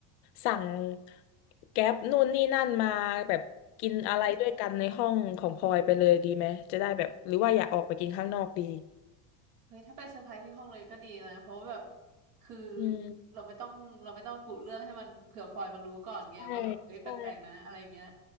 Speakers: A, on the left; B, on the right.
A: สั่งแก๊ปนู่นนี่นั่นมาแบบกินอะไรด้วยกันในห้องของพลอยไปเลยดีไหมจะได้แบบหรือว่าอยากออกไปกินข้างนอกดี
B: เฮ้ยถ้าไปเซอร์ไพรส์ที่ห้องเลยก็ดีนะเพราะว่าแบบคือ
A: อืม
B: เราไม่ต้องเราไม่ต้องกุเรื่องให้มันเผื่อพลอยมันรู้ก่อนไงว่าแบบเฮ้ยแปลกๆนะอะไรเงี้ย
A: ใช่ใช่